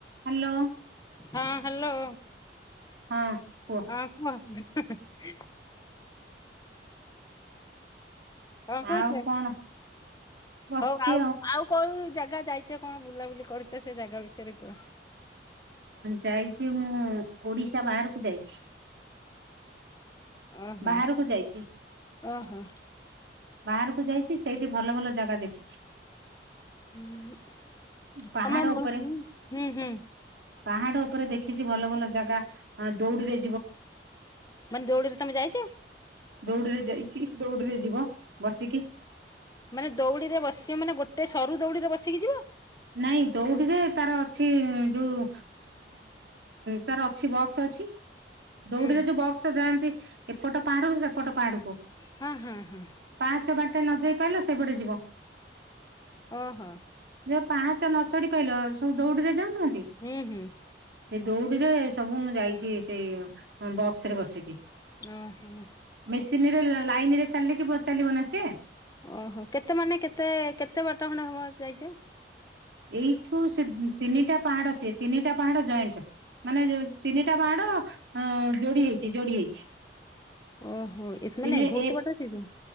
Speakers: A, on the right; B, on the left.
A: Hello
B: ହଁ, hello.
A: ହଁ। କୁହ
B: ଅଁ, କୁହ। <inaudible> କଣ କହୁଛ?
A: ଆଉ, କଣ ବସିଛି
B: ହଉ, ଆଉ, ଆଉ କୋଉ ଜାଗା ଯାଇଛ, କଣ ବୁଲାବୁଲି କରିୁଛ, ସେ ଜାଗା ବିଷୟରେ କୁହ।
A: ଯାଇଛି, ମୁଁ ଓଡିଶା ବାହାରକୁ ଯାଇଛି।
B: ଓହୋ
A: ବାହାରକୁ ଯାଇଛି।
B: ଓହୋ,
A: ବାହାରକୁ ଯାଇଛି। ସେଇଠି ଭଲ, ଭଲ ଜାଗା ଦେଖିଛି।
B: ଉଁ
A: ପାହାଡ
B: ତମା ମ ହ
A: ଉପରେ
B: ହୁଁ ହୁଁ
A: ପାହାଡ ଉପରେ ଦେଖିଛି। ଭଲ ଭଲ ଜାଗା ଦୌଡି ଦେଇ
B: ମାନେ ଦୌଡ଼ିରେ ତମେ ଯାଇଚ?
A: ଦୌଡିରେ ଯାଇଛି ଦୌଡିରେ ଯିବ ବସିକି
B: ମାନେ ଦଉଡିରେ ବସିବ ମାନେ ଗୋଟେ ସରୁ ଦୌଡ଼ିରେ ବସିକି ଯିବ?
A: ନାଇଁ, ଦୌଡିରେ ତାର ଅଛି ଯୋଉ ତାର ଅଛି ବକ୍ସ ଅଛି। ଦୌଡିରେ
B: ହୁଁ
A: ଯୋଉ ବକ୍ସ ଯାଆନ୍ତି। <inaudible> ଏପଟ ପାହାଡରୁ ସେପଟ ପାହାଡକୁ
B: ହଁ ହଁ ହଁ
A: ପାହଚ ବାଟେ ନ ଯାଇ ପାଇଲ ସେପଟେ ଯିବ।
B: ଓହୋ
A: ଯେବେ ପାଞ୍ଚ ନଚଢି ପାଇଲ ସବୁ ଦୌଡିରେ ଯା ନାହାନ୍ତି
B: ହୁଁ ହୁଁ
A: ସେ ଦୌଡିରେ ସବୁ ମୁଁ ଯାଇଛି ସେଇ ବକ୍ସ ରେ ବସିକି।
B: ଓହୋ
A: ମେସିନ ରେ ଲାଇନ ରେ ଚାଲିକି ଚାଲିବ ନା ସିଏ
B: ଓହୋ କେତେ ମାନେ କେତେ କେତେ ବାଟା ଖଣ୍ଡେ ହବ ଯାଇଛ?
A: ଏଇଠୁ ସେ ତିନିଟା ପାହାଡ ସେ ତିନିଟା ପାହାଡ ଜଏଣ୍ଟ ମାନେ ଜୋ ତିନିଟା ପାହାଡ ଅ ଯୋଡି ହେଇଛି। ଜୋଡି ହେଇଛି।
B: ଓହୋ ଏ
A: ତିନି
B: ମାନେ ବହୁତ
A: ଏ
B: ବାଟ ଅଛି ତ